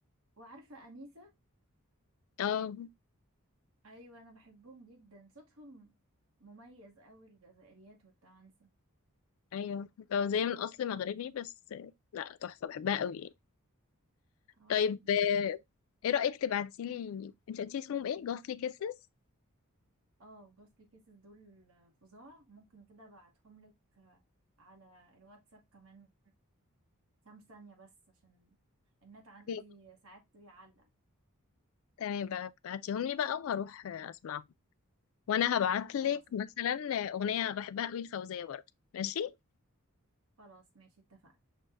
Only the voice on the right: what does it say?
وعارفة أنيسة
أيوة أنا بحبهم جدا صوتهم مميز أوي الجزائريات والتوانسة
أو
أنا كمان
اه جوستلي كيسز دول فظاع ممكن كده أبعتهم لك على الواتساب كمان كام ثانية بس عشان النت عندي
ساعات بيعلق
خلاص
خلاص ماشي اتفقنا